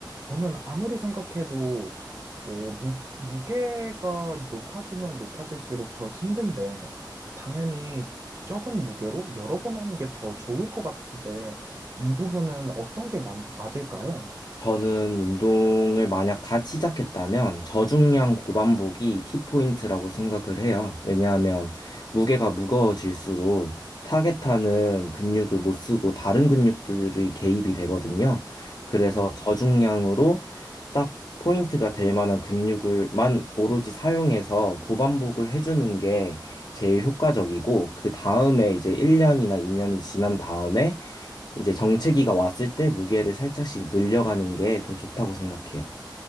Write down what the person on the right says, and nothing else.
저는 아무리 생각해도 어, 무, 무게가 높아지면 높아질수록 더 힘든데, 당연히 적은 무게로 여러 번 하는 게 더 좋을 것 같은데, 이 부분은 어떤 게 맞, 맞을까요?
네.